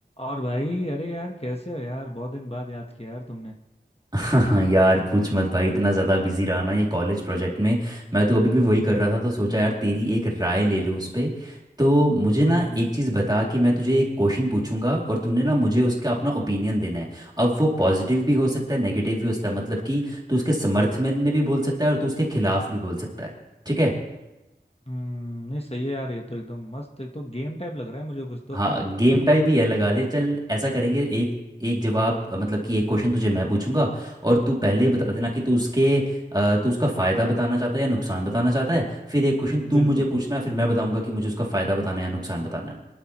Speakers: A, on the left; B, on the right.
A: और भाई अरे यार कैसे हो यार बहुत दिन बाद याद किया यार तुमने
B: <laughs> हाँ यार पूछ मत भाई इतना ज़्यादा बिजी रहा ना ये कॉलेज प्रोजेक्ट में मैं तो अभी भी वही कर रहा था तो सोचा यार तेरी एक राय ले लूँ उस पे तो मुझे
A: हम्म
B: ना एक चीज़ बता कि मैं तुझे एक क्वेश्चन पूछूंगा और तूने ना मुझे उसका अपना ओपिनियन देना है अब वो पॉजिटिव भी हो सकता है नेगेटिव भी हो सकता है मतलब कि तू उसके समर्थन में भी बोल सकता है और तू उसके खिलाफ भी बोल सकता है ठीक है
A: हम्म नहीं सही है यार ये तो एकदम मस्त एक तो गेम टाइप लग रहा है मुझे कुछ तो
B: हाँ
A: <laughs>
B: गेम टाइप ही है लगा ले चल ऐसा करेंगे एक एक जवाब अ, मतलब कि एक क्वेश्चन तुझे मैं पूछूंगा और तू पहले
A: हम्म
B: ही बता देना कि तू उसके अ, तू उसका फ़ायदा बताना चाहता है या नुकसान बताना चाहता है फिर एक क्वेश्चन तू
A: बिल्कुल
B: मुझे पूछना फिर मैं बताऊंगा कि मुझे उसका फ़ायदा बताना है या नुकसान बताना है